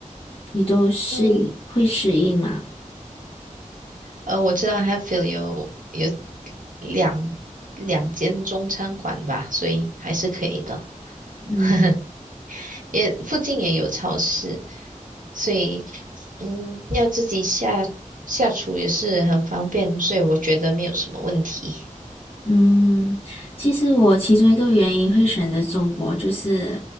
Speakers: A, on the left (about 45°); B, on the right (about 75°).
A: 你都适应，
B: 嗯，
A: 会适应吗？
B: 呃，我知道 h a t f i e l 有有两两间中餐馆吧，所以还是可以的。
A: 嗯，
B: <laughs> 也附近也有超市，所以嗯，要自己下下厨也是很方便，所以我觉得没有什么问题
A: 嗯，其实我其中一个原因会选择中国，就是